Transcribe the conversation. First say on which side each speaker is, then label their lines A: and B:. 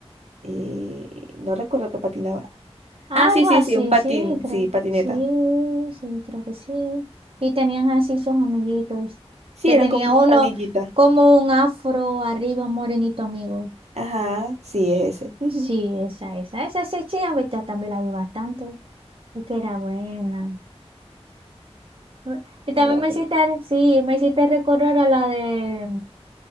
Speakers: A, on the right; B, on the right.
A: Y no recuerdo que patinaba.
B: Algo
A: Ah, sí, sí,
B: así,
A: sí, un patín,
B: sí, creo.
A: sí, patineta.
B: Sí, sí, creo que sí. Y tenían así sus amiguitos.
A: Sí,
B: Que
A: eran
B: tenía
A: como una
B: uno
A: pandillita.
B: como un afro arriba, un morenito amigo.
A: Ajá, sí, es ese. Ujú.
B: Sí, esa, esa. Esa sí, sí, aunque esta también la vi bastante. Es que era buena. Me- Y
A: Era
B: también
A: bueno.
B: me hiciste, sí, me hiciste recordar a la de